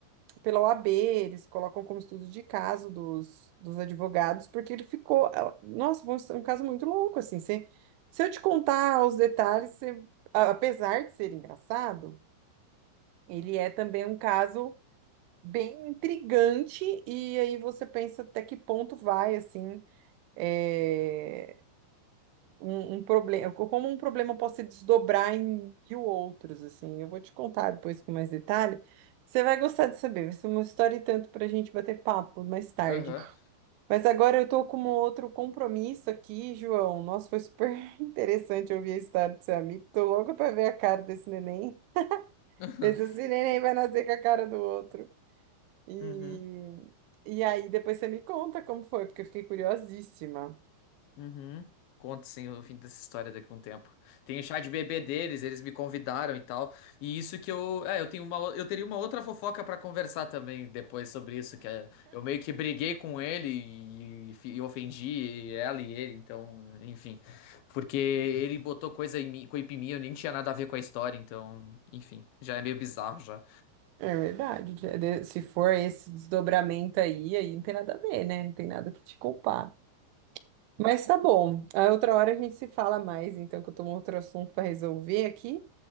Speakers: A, on the right (about 85°); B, on the left (about 70°).
A: pela OAB, eles colocam como estudo de caso dos, dos advogados, porque ele ficou. ela- Nossa, foi um um caso muito louco, assim. Se, se eu te contar os detalhes, você- a- apesar de ser engraçado, ele é também um caso bem intrigante, e aí você pensa até que ponto vai, assim, é, um, um problema, como um problema pode se desdobrar em mil outros, assim. Eu vou te contar depois com mais detalhe. Você vai gostar de saber, vai ser uma história e tanto para a gente bater papo mais tarde.
B: Aham.
A: Mas agora eu tô com um outro compromisso aqui, João. Nossa, foi super <laughs> interessante ouvir a história do seu amigo. Tô louca para ver a cara desse neném.
B: <laughs>
A: Ver se esse neném vai nascer com a cara do outro. E,
B: Uhum.
A: e aí depois você me conta como foi, porque eu fiquei curiosíssima.
B: Uhum. Conto sim o fim dessa história daqui a um tempo. Tem o chá de bebê deles, eles me convidaram e tal. E isso que eu, é, eu tenho uma, o- eu teria uma outra fofoca pra conversar também depois sobre isso, que é, eu meio que briguei com ele e, e fi- e ofendi ela e ele, então, enfim, porque ele botou coisa em mim, coisa em mim, eu nem tinha nada a ver com a história, então, enfim, já é meio bizarro já.
A: É verdade. De- Se for esse desdobramento aí, aí não tem nada a ver, né? Não tem nada que te culpar. Mas tá bom. A outra hora a gente se fala mais, então, que eu tô com outro assunto para resolver aqui.